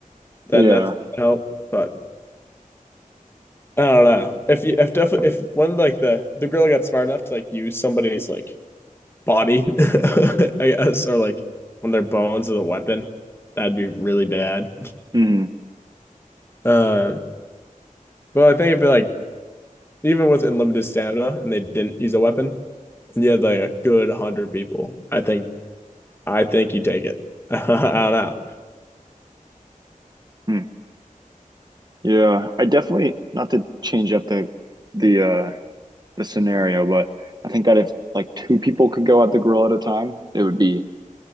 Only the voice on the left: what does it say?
then
that's gonna help but i don't know if you if definitely if one like the the girl got smart enough to like use somebody's like body, <laughs> I guess, or like when their bones as a weapon. That'd be really bad.
Um, but I think if like even with unlimited stamina and they didn't use a weapon, and you had like a good hundred people, I think I think you take it. <laughs> I don't know.